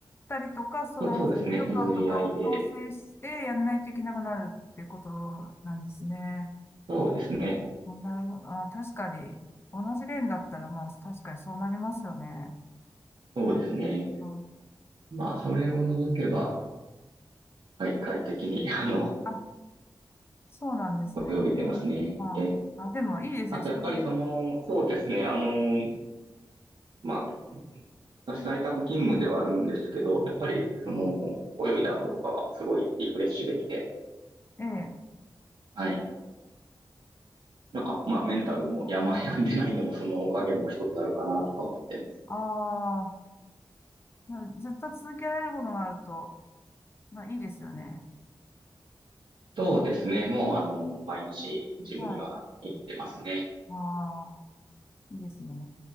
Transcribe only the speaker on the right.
そう、そうですね、譲り合いで、
そうですね、
そうですね。
まあ、それを除けば、はい、快適に、<laughs> あの、
泳げてますね。
え、
あとやっぱりその、
そうですね、あの、まあ、私在宅勤務ではあるんですけど、やっぱり、その、泳いだ後とかはすごいリフレッシュできて、
はい。なんか、まあ、メンタルも病病んでないのもそのおかげも一つあるかなとか思ってます。
そうですね。もう、あの、毎日ジムには行ってますね。